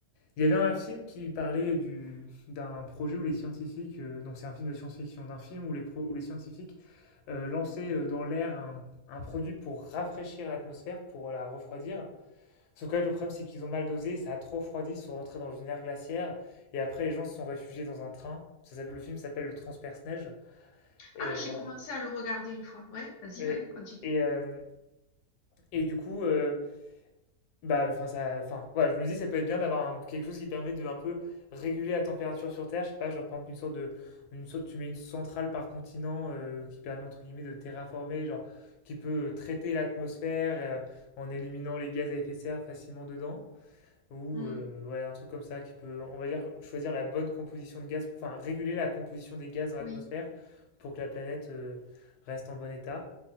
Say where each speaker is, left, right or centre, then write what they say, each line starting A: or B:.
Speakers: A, on the left; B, on the left.
A: Il y avait un film qui parlait du d'un projet où les scientifiques, euh, donc c'est un film de science-fiction, d'un film où les pro- où les scientifiques euh, lançaient euh, dans l'air un, un produit pour rafraîchir l'atmosphère, pour la refroidir. Sauf que là, le problème, c'est qu'ils ont mal dosé, ça a trop refroidi, ils sont rentrés dans une ère glaciaire, et après les gens se sont réfugiés dans un train. Ça s'appelle- le film s'appelle Le Transperce-Neige. Et
B: Ah, j'ai
A: bref.
B: commencé à le regarder une fois. Ouais, vas-y,
A: Et,
B: ouais, continue.
A: et, euh, et du coup. euh, Bah, enfin, ça, enfin, voilà, je me dis, ça peut être bien d'avoir un- quelque chose qui permet de un peu réguler la température sur Terre. Je sais pas, genre, par exemple, une sorte de, une sorte- tu mets une centrale par continent euh, qui permet, entre guillemets, de terraformer, genre, qui peut euh, traiter l'atmosphère euh, en éliminant les gaz à effet de serre facilement dedans. Ou,
B: Mhm.
A: euh, ouais, un truc comme ça qui peut, on va dire, choisir la bonne composition de gaz, enfin, réguler la composition des gaz dans l'atmosphère
B: Oui,
A: pour que la planète euh, reste en bon état.